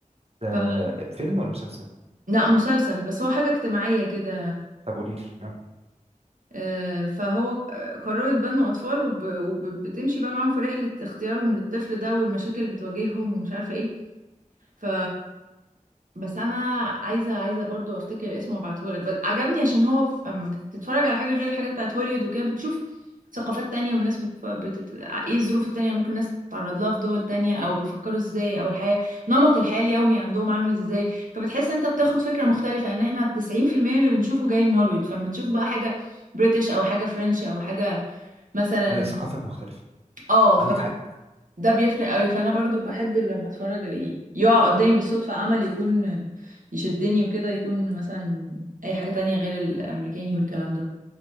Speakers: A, on the right; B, on the right.
A: ده
B: ف
A: فيلم ولا مسلسل؟
B: لا مسلسل بس هو حاجة اجتماعية كده
A: طب قولي لي
B: آه، فهو قرروا يتبنوا أطفال وب- وبتمشي بقى معاهم في رحلة اختيارهم للطفل ده والمشاكل اللي بتواجههم ومش عارفة ايه ف بس انا عايزه عايزه برضو افتكر اسمه وابعتهولك بس عجبني عشان هو ف- اما بتتفرج على حاجه غير الحاجه بتاعت هوليوود وكده بتشوف ثقافات تانية والناس بتف... بتت... ايه الظروف التانية ممكن الناس تتعرض لها في دول تانية او بيفكروا ازاي او الحياة نمط الحياة اليومي عندهم عامل ازاي فبتحس انت بتاخد فكرة مختلفة ان احنا 90% من اللي بنشوفه جاي من هوليوود فلما تشوف بقى حاجة بريتش او حاجة فرنش او حاجة مثلا
A: آه، ثقافات مختلفة
B: اه فب...
A: عندك حق
B: ده بيفرق قوي فانا برضو بحب لما اتفرج الاقيه يقع قدامي بالصدفة عمل يكون يشدني وكده يكون مثلا من اي حاجة تانية غير الامريكاني والكلام ده